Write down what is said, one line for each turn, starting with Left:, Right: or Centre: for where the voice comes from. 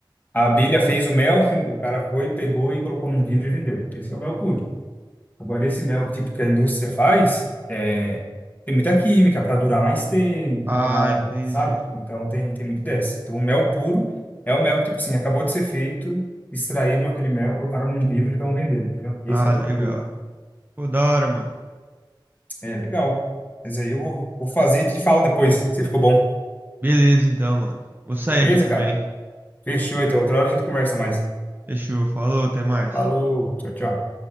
Left: a abelha fez o mel, <laughs> o cara foi, pegou e colocou num vidro e vendeu. Esse é o mel puro. Agora, esse mel tipo, que a indústria faz, é, tem muita química para durar mais tempo,
Right: ah,
Left: para,
Right: entendi.
Left: sabe? Então, tem, tem muito dessa. Então, o mel puro é o mel que, tipo assim, acabou de ser feito, extraíram aquele mel, colocaram num vidro e estão vendendo, entendeu? Esse
Right: Ah,
Left: é o
Right: legal.
Left: mel puro.
Right: Pô, da hora, mano.
Left: É, legal. Mas aí eu vou, vou fazer e te falo depois se ficou bom.
Right: Beleza, então, mano. Vou sair
Left: Beleza,
Right: aqui também.
Left: cara? Fechou, então. Outra hora a gente conversa mais.
Right: Fechou, falou, até mais.
Left: Falou, tchau, tchau.